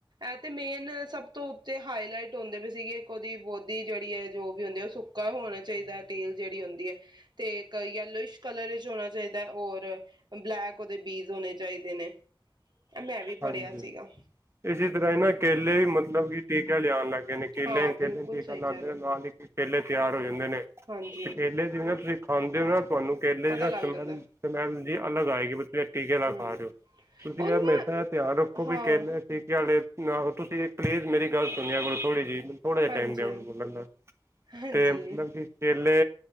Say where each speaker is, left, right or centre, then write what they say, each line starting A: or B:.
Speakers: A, on the right; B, on the right.
A: ਇਹ ਤੇ ਮੇਨ ਸਭ ਤੋਂ ਉਤੇ ਹਾਈਲਾਈਟ ਹੁੰਦੇ ਵੀ ਸੀਗੇ। ਇੱਕ ਉਹਦੀ ਬੋਦੀ ਜਿਹੜੀ ਹੈ ਜੋ ਵੀ ਹੁੰਦੀ ਉਹ ਸੁੱਕਾ ਹੋਣਾ ਚਾਹੀਦਾ, ਤੇਲ ਜਿਹੜੀ ਹੁੰਦੀ ਹੈ। ਤੇ ਇੱਕ ਯੈਲੋਇਸ਼ ਕਲਰ ਵਿੱਚ ਹੋਣਾ ਚਾਹੀਦਾ ਔਰ ਬਲੈਕ ਓਹਦੇ ਬੀਜ ਹੋਣੇ ਚਾਹੀਦੇ ਨੇ। ਇਹ ਮੈਂ ਵੀ
B: ਹਾਂਜੀ,
A: ਪੜ੍ਹਿਆ ਸੀਗਾ
B: ਇਸੇ ਤਰ੍ਹਾਂ ਹੀ ਨਾ ਕੇਲੇ ਵੀ ਮਤਲਬ ਕਿ ਟੀਕੇ ਆਲੇ ਆਉਣ ਲਗ ਨੇ ਕੇਲੇ,
A: ਹਾਂ ਬਿਲਕੁਲ
B: ਕੇਲੇ ਨੂੰ ਟੀਕਾ
A: ਸਹੀ
B: ਲਾਂਦੇ
A: ਕਹਿ ਰਹੇ
B: ਨੇ
A: ਹੋ
B: ਨਾਲ ਹੀ ਕੇਲੇ ਤਿਆਰ ਹੋ ਜਾਣ। ਨੇ
A: ਹਾਂਜੀ
B: ਕੇਲੇ ਜਿਵੇਂ ਨਾ ਤੁਸੀਂ ਖਾਂਦੇ ਹੋ ਨਾ, ਤੁਹਾਨੂੰ ਕੇਲੇ
A: ਪਤਾ
B: ਚ ਨਾ
A: ਲੱਗ
B: ਸਮੈਲ-ਸਮੈਲ
A: ਜਾਂਦਾ
B: ਜੇ ਅਲੱਗ ਆਏਗੀ <unintelligible> ਟੀਕੇ ਲਾ
A: ਹਮ
B: ਖਾ ਰਹੇ ਹੋ। ਤੁਸੀਂ
A: ਉਹ
B: ਆ ਮੈਥ
A: ਨਾ
B: ਰੁਕੋ ਵੀ
A: ਹਾਂ
B: ਕੇਲੇ ਠੀਕੇ ਆ <unintelligible> ਨਾਲੋਂ ਤੁਸੀਂ ਇੱਕ ਪਲੀਜ਼ ਮੇਰੀ ਗੱਲ ਸੁਣਿਆ ਕਰੋ ਥੋੜੀ ਜਿਹੀ। ਮੈਨੂੰ ਥੋੜਾ ਜਿਹਾ
A: ਹਾਂਜੀ
B: ਟਾਈਮ ਦੇਆ ਕਰੋ ਬੋਲਣ ਦਾ,
A: ਹਾਂਜੀ
B: ਤੇ ਮਤਲਬ ਤੇ ਕੇਲੇ